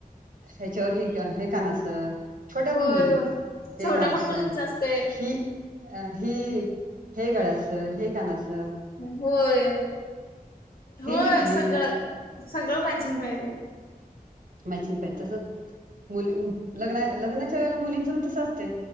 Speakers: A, on the right; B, on the left.
A: ह्याच्यावर हे हे का-कानातलं. छोट्या
B: होय
A: पण मुली
B: होय
A: ते
B: छोटा
A: कानातलं
B: पण मुलींच असतय
A: हि अ ही हे गळ्यातल हे कानातल
B: होय होय,
A: ही टिकली
B: सगळं सगळं मॅचिंग पाहिजे.
A: मॅचिंग पाहिजे तस मुली लग- लग्नाच्या वेळेला मुलींच पण, तस असतय